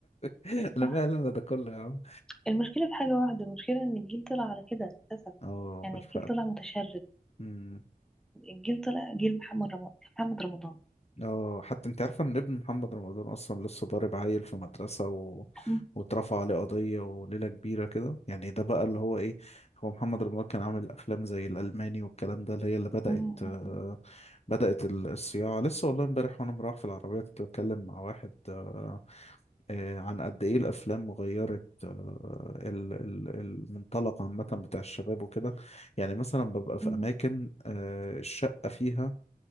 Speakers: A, on the left; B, in the centre.
A: <laughs> انا
B: صح
A: مالي انا ده كله يا عم
B: المشكلة في حاجة واحدة المشكلة إن الجيل طلع على كده للأسف
A: اه
B: يعني
A: بالفعل
B: الجيل طلع متشرد
A: مم.
B: الجيل طلع جيل محمد رمضان محمد رمضان
A: اه حتى انت عارفه ان ابن محمد رمضان اصلا لسه ضارب عيل في مدرسه و...
B: امم
A: واترفع عليه قضيه وليله كبيره كده يعني ده بقى اللي هو ايه هو محمد رمضان كان عامل افلام زي الالماني والكلام ده اللي هي اللي بدات
B: أمم،
A: آه، بدات ال- الصياعه لسه والله امبارح وانا مروح في العربيه كنت بتكلم مع واحد آه، آه، عن قد ايه الافلام غيرت آه، ال- ال- المنطلق عامه بتاع الشباب وكده يعني مثلا ببقى في
B: أمم.
A: اماكن آه، الشقه فيها